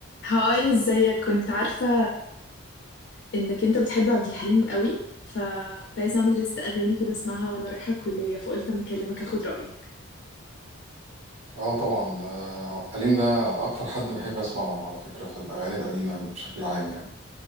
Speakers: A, on the left (about 50°); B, on the right (about 75°).
A: هاي ازيك كنت عارفة انك انت بتحب عبد الحليم قوي فكنت عايزة اعمل لست اغاني كده اسمعها وانا رايحة الكلية فقلت اما اكلمك اخد رأيك
B: اه طبعا ده عبد الحليم ده اكتر حد بحب اسمعه على فكره في الاغاني القديمه بشكل عام يعني